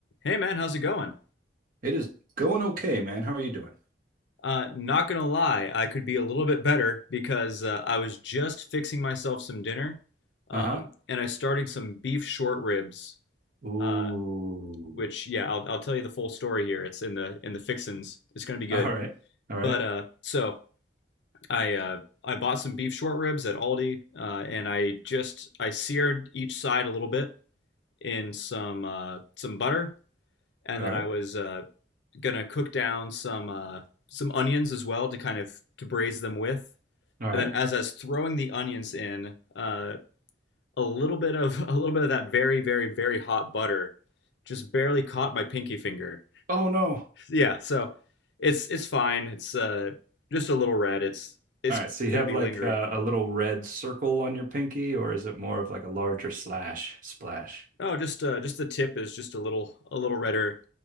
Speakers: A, on the left; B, on the right.
A: Hey man, how's it going?
B: It is going okay, man. How are you doing?
A: Uh, not gonna lie, I could be a little bit better because uh, I was just fixing myself some dinner, um,
B: Uh-huh.
A: and I started some beef short ribs.
B: Ooh.
A: Uh, which yeah, I'll I'll tell you the full story here. It's in the in the fixins. It's gonna be good.
B: All right. All right.
A: But uh, so I uh, I bought some beef short ribs at Aldi, uh, and I just I seared each side a little bit in some uh, some butter, and
B: All
A: then
B: right.
A: I was uh, gonna cook down some uh, some onions as well to kind of to braise them with.
B: All
A: And
B: right.
A: then as I was throwing the onions in, uh, a little bit of <laughs> a little bit of that very very very hot butter just barely caught my pinky finger.
B: Oh no.
A: Yeah, so it's it's fine. It's uh, just a little red. It's it's
B: All right. So you
A: gonna
B: have
A: be
B: like
A: lingering.
B: a, a little red circle on your pinky, or is it more of like a larger slash splash?
A: Oh, just uh, just the tip is just a little a little redder